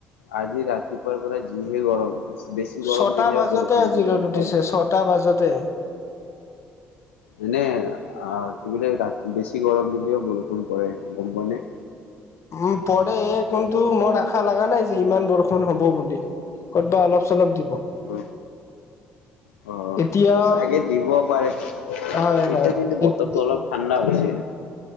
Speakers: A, on the left; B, on the left.
A: আজি ৰাতিপুৱাৰ পৰা যিহে গৰম দিছে। বেছি গৰম
B: ছটা
A: দিলেও
B: বাজতে
A: বৰষুণ
B: আজি
A: দিব
B: ৰ'দ উঠিছে
A: বত।
B: ছটা বাজতে
A: এনে কি বোলে বেছি গৰম দিলেও বৰষুণ পৰে গম পোৱানে।
B: উম পৰে কিন্তু মোৰ আশা লগা নাই যে ইমান বৰষুণ হ'ব বুলি। কত বা অলপ চলপ দিব।
A: অ অ।
B: এতিয়াও
A: চাগে দিব পাৰে
B: হয় হয়
A: এতিয়া কিন্তু বতৰটো অলপ ঠাণ্ডা হৈছে।